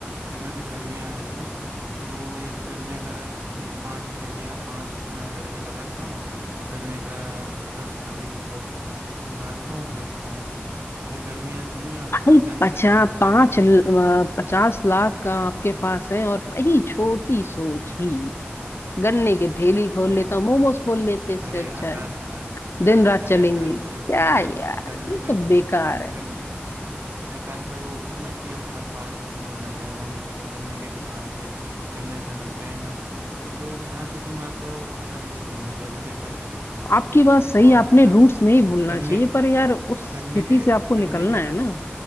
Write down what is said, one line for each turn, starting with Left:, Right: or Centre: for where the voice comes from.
Right: कि मैं अभी गर्मियाँ आ रही हैं तो ये गन्ने का रस की पाँच ठेलियाँ पाँच उसमें लड़के लगाता हूँ और गन्ने का रस अभी मतलब निकालता हूँ और बेचता हूँ क्योंकि गर्मियाँ इतनी है और
Left: भाई
Right: थोड़ा जनसेवा
Left: पचास
Right: भी हो जाएगी
Left: पांच ल- अ, पचास लाख आपके पास है और वही छोटी सोच ही गन्ने की ठेली खोल
Right: अरे
Left: लेता
Right: यार,
Left: मोमोज खोल लेते इससे
Right: अरे
Left: अच्छा
Right: आकाश
Left: है
Right: अर- अरे
Left: दिन रात
Right: अरे
Left: चलेंगे
Right: आकाश
Left: क्या
Right: भाई देखो ना
Left: यार
Right: गन्ने
Left: ये
Right: से
Left: सब बेकार है
Right: गन अरे आकाश भाई वो होता है ना कि अपना पास्ट नहीं भूलना चाहिए अब हम मतलब गन्ने के किसान थे गन्ने से हमें प्रेम है तो जो जहाँ से तुम आते हो उसको कभी नहीं भूलना चाहिए भले ही पैसा कितना आ जाए
Left: आपकी बात सही
Right: और
Left: आपने
Right: मतलब
Left: रूट्स नहीं भूलना
Right: गन्ने
Left: चाहिए पर यार उस
Right: गन्ने
Left: स्थिति
Right: के
Left: से आपको निकलना
Right: गन्ने के
Left: है
Right: रस
Left: ना